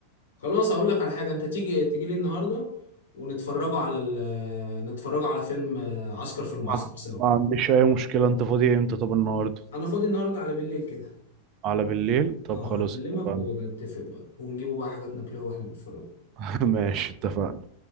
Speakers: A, on the left; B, on the right.
A: خلاص هقول لك على حاجة أنت تيجي تيجي لي النهاردة ونتفرجوا على ال... نتفرجوا على فيلم آه، عسكر في المعسكر
B: آه.
A: سوا
B: ما عنديش اي مشكلة انت فاضي امتى طب النهاردة
A: أنا فاضي النهاردة على بالليل كده
B: على بالليل طب
A: اه
B: خلاص
A: هكلمك
B: اتفقنا
A: ونتفق بقى ونجيبوا بقى حاجات ناكلها واحنا بنتفرج
B: <laughs> ماشي اتفقنا